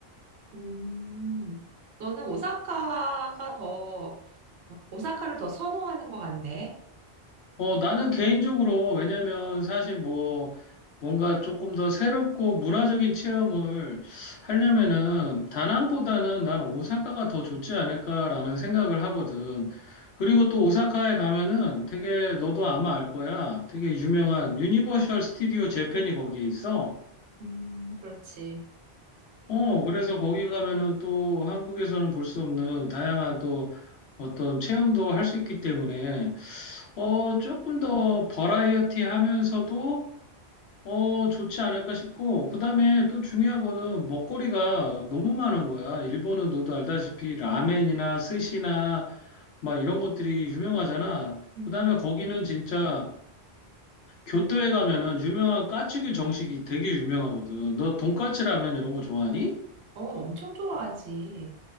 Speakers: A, on the right; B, on the left.
A: 음. 너는 오사카가 더, 오사카를 더 선호하는 것 같네.
B: 어, 나는 개인적으로, 왜냐면 사실 뭐, 뭔가 조금 더 새롭고 문화적인 체험을 하려면은 다낭보다는 나는 오사카가 더 좋지 않을까라는 생각을 하거든. 그리고 또 오사카에 가면은 되게 너도 아마 알 거야. 되게 유명한 유니버셜 스튜디오 재팬이 거기에 있어.
A: 음, 그렇지.
B: 어, 그래서 거기 가면은 또 한국에서는 볼 수 없는 다양한 또 어떤 체험도 할 수 있기 때문에, 어, 조금 더 버라이어티 하면서도, 어, 좋지 않을까 싶고, 그 다음에 또 중요한 거는 먹거리가 너무 많은 거야. 일본은 너도 알다시피 라멘이나 스시나 막 이런 것들이 유명하잖아.
A: 음,
B: 그 다음에 거기는 진짜 교토에 가면은 유명한 까츠규 정식이 되게 유명하거든. 너 돈까츠 라면 이런 거 좋아하니?
A: 어, 엄청 좋아하지.